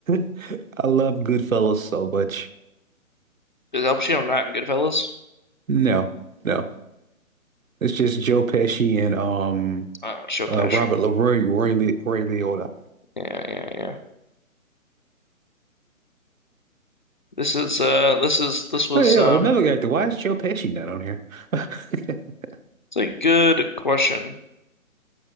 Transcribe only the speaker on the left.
is Al Pacino not in Goodfellas?
Uh, Joe Pesci.
Yeah, yeah, yeah. This is uh this is this was
um
it's a good question.